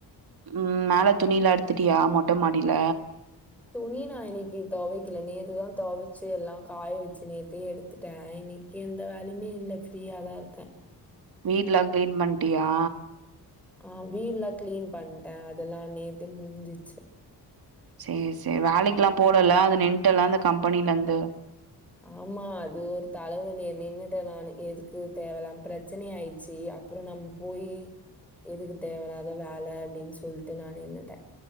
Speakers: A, on the right; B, in the centre.
A: ம் மேல துணியில எடுத்துட்டியா மொட்ட மாடியில
B: துணி நா இன்னைக்கு தொவைக்கல நேத்துதா தொவச்சு எல்லா காய வச்சு நேத்தே எடுத்துட்டே இன்னைக் எந்த வேலையுமே இல்லை ஃப்ரியா தா இருக்க
A: வீட்லா கிளின் பண்ட்டியா
B: ஆ வீடு எல்லா கிளீன் பண்ட்டே அதெல்லா நேத்தே முடிஞ்சிச்சு
A: சரி சரி வேலைக்கெல்லா போலல அத நின்ட்டல்ல அந்த கம்பெனில இருந்து
B: ஆமா அது ஒரு தலைவலி நின்னுட்டே நானு எதுக்கு தேவலாம பிரச்சனை ஆயிடுச்சு அப்புறம் நம் போயி எதுக்கு தேவலாத வேல அப்டின் சொல்ட்டு நா நின்னுட்ட